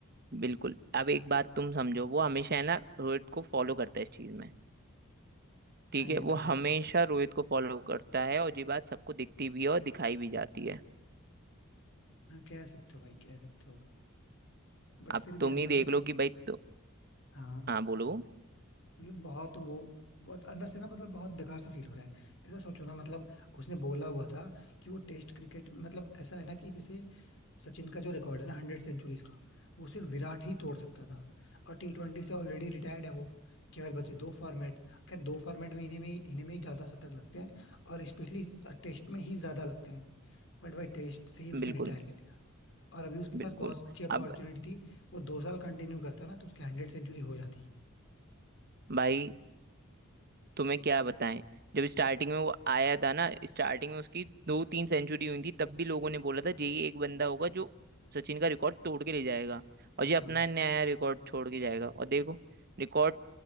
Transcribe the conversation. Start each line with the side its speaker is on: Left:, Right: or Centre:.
Right: बिल्कुल अब एक बात तुम समझो वो हमेशा है ना रोहित को फॉलो करता है इस चीज में ठीक
Left: हाँ
Right: है
Left: ये तो
Right: वो
Left: है
Right: हमेशा रोहित को फॉलो करता है और ये बात सबको दिखती भी है और दिखाई भी जाती है
Left: हाँ कह सकते हो भाई कह सकते हो बट
Right: अब
Left: फिर भी
Right: तुम
Left: यार
Right: ही
Left: मतलब
Right: देख लो कि भाई तो
Left: हाँ
Right: हाँ बोलो
Left: मतलब बहुत वो बहुत अंदर से ना मतलब बहुत बेकार सा फील हो रहा है ऐसा सोचो ना मतलब उसने बोला हुआ था कि वो टेस्ट क्रिकेट मतलब ऐसा है ना कि जैसे सचिन का जो रिकॉर्ड है ना हंड्रेड सेंचुरीज का वो सिर्फ विराट ही तोड़ सकता था और टी ट्वेंटी से ऑलरेडी रिटायर्ड है वो केवल बचे दो फॉर्मेट खैर दो फॉर्मेट में इन्हें में इन्हें में ही ज्यादा शतक लगते हैं और स्पेशली टेस्ट में ही ज्यादा लगते हैं बट भाई टेस्ट से ही उसने
Right: बिल्कुल
Left: रिटायर ले लिया और अभी उसके
Right: बिल्कुल
Left: पास बहुत अच्छी अपॉर्चुनिटी
Right: अब
Left: थी वो दो साल कंटिन्यू करता ना तो उसकी हंड्रेड सेंचुरी हो जाती
Right: भाई तुम्हें क्या बताएं जब स्टार्टिंग में वो आया था ना स्टार्टिंग में उसकी दो तीन सेंचुरी हुई थी तब भी लोगों ने बोला था ये ही एक बंदा होगा जो सचिन का रिकॉर्ड तोड़ के ले जाएगा और
Left: हाँ
Right: ये अपना नया रिकॉर्ड छोड़ के जाएगा और देखो रिकॉर्ड